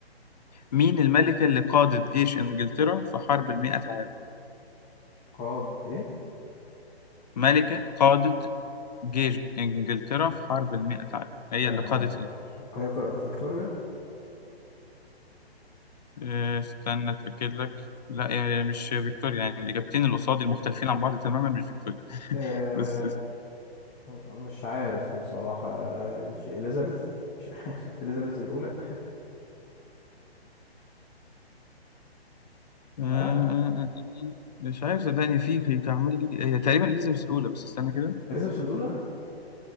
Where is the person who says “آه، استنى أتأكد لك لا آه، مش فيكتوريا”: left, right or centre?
Left